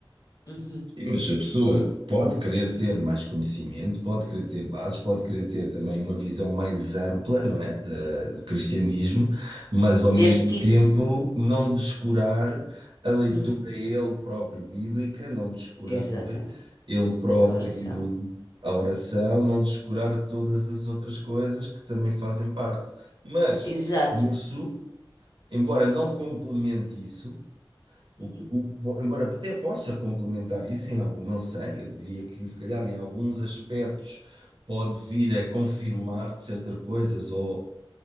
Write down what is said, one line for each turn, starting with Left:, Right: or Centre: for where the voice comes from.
Left: Uhum,
Right: e, Mas a pessoa pode querer ter mais conhecimento, pode querer ter bases, pode querer ter também uma visão mais ampla, não é, da- do cristianismo,
Left: uhum.
Right: mas ao
Left: Desde
Right: mesmo
Left: que
Right: tempo
Left: isso.
Right: não descurar a leitura
Left: Uhum.
Right: ele próprio bíblica, não descurar
Left: Exatamente.
Right: ele próprio
Left: A oração.
Right: a oração, não descurar todas as outras coisas que também fazem parte. Mas
Left: Exato.
Right: o curso, embora não complemente isso, o,
Left: Uhum.
Right: o- embora até possa complementar isso em alguns, não sei, eu diria que se calhar em alguns aspectos pode vir a confirmar-te certas coisas ou